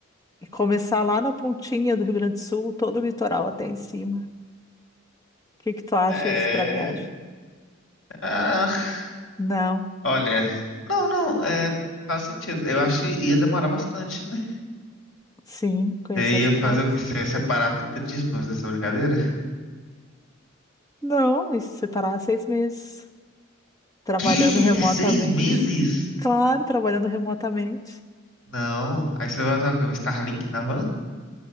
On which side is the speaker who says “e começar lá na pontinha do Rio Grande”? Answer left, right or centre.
Left